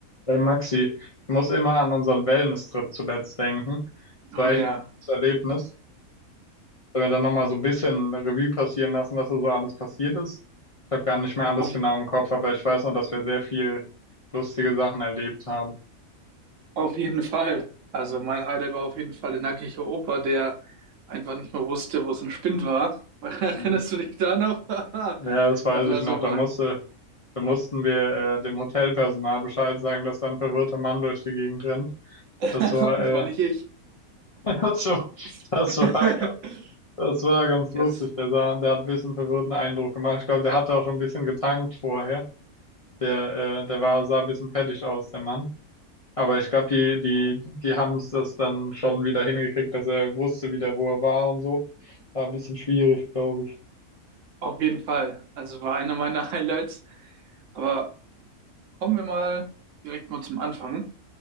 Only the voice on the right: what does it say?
Oh
ja,
auf,
auf jeden Fall. Also mein Highlight war auf jeden Fall der nackige Opa, der einfach nicht mehr wusste, wo es ein Spind war. <laughs> Erinnerst
du dich da noch? <laughs>
Das war
so mein.
<laughs>
Und
war nicht ich.
<laughs>
Ja, das
auf jeden Fall. Also war einer meiner Highlights. Aber kommen wir mal direkt mal zum Anfang.